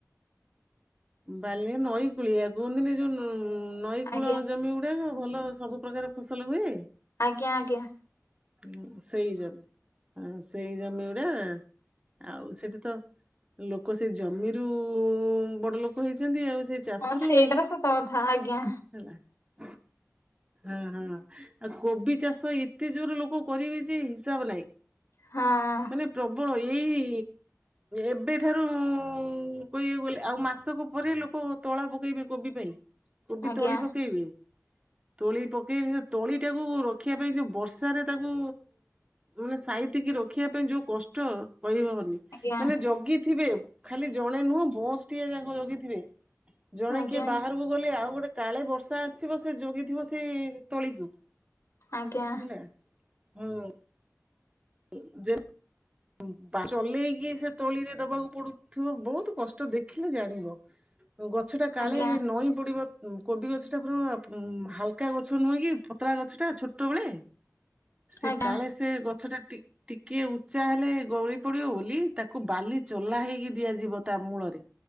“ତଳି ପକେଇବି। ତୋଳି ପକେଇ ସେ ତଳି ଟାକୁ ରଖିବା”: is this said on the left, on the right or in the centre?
Right